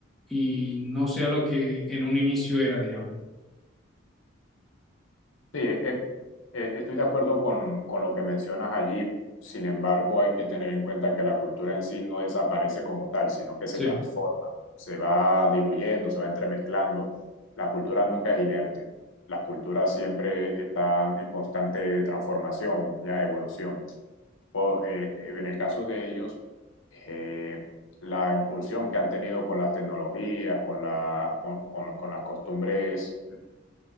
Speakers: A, in the centre; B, on the left (about 85°).
A: y no sea lo que en un inicio era, digamos.
B: Sí, eh, eh, eh, estoy de acuerdo con, con lo que mencionas allí. Sin embargo, hay que tener en cuenta que la cultura en sí no desaparece como tal, sino que se
A: Sí,
B: transforma, se va diluyendo, se va entremezclando. La cultura nunca es inerte. La cultura siempre está en constante transformación, ya evolución. Po- eh, eh, en el caso de ellos, eh, la incursión que han tenido con las tecnologías, con la, con, con- con las costumbres